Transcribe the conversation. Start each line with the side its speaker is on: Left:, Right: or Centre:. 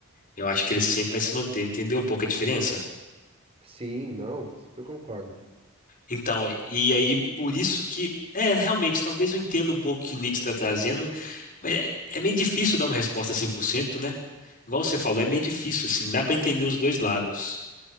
Left: Eu acho que ele sempre vai se manter, entendeu um pouco a diferença?
Right: Sim, não, super concordo.
Left: Então, e aí por isso que, é, realmente, talvez eu entenda um pouco o que Nietzsche está trazendo, mas é, é meio difícil dar uma resposta 100%, né? Igual você falou, é meio difícil, assim, dá para entender os dois lados,